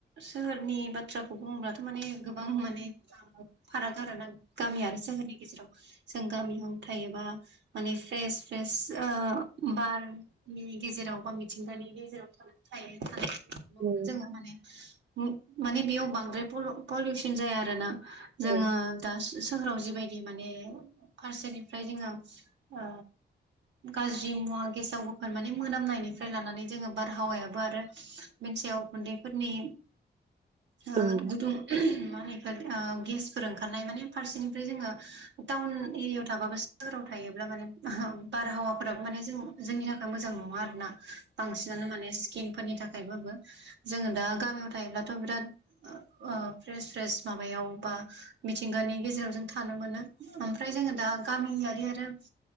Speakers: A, on the right (about 80°); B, on the right (about 50°).
A: सोहोरनि बाथ्राखौ बुङोब्लाथ' माने गोबां माने फाराग आरो ना गामि आरो सोहोरनि गेजेराव जों गामियाव थायोबा माने फ्रेस फ्रेस ओ बारनि गेजेराव बा मिथिंगानि गेजेराव थायो सल मोनो
B: औ
A: जोङो माने माने बेयाव बांद्राय पलिउसन जाया आरो ना जोङो
B: औ
A: द सोहोराव जिबायदि माने फारसेनिफ्राय जोङो ओ गाज्रि मुवा गेसाव गोफोन माने मोनामनायनिफ्राय लानानै जोङो बारहावायाबो आरो बेनि सायाव उखुन्दैफोरनि ओ
B: औ
A: गुदुं मा होनो इखौ ओ गेसफोर ओंखारनाय माने फारसेनिफ्राय जोङो टाउन एरियाायाव थाबा बा सोहोराव थायोब्ला माने बारहावाफोराबो माने जों जोंनि थाखाय मोजां नङा आरोना बांसिनानो माने स्किनफोरनि थाखायबाबो जोङो दा गामियाव थायोब्लाथ' बिराद ओ फ्रेस फ्रेस माबायाव बा मिथिंगानि गेजेराव जों थानो मोनो ओमफ्राय जोङो दा गामियारि आरो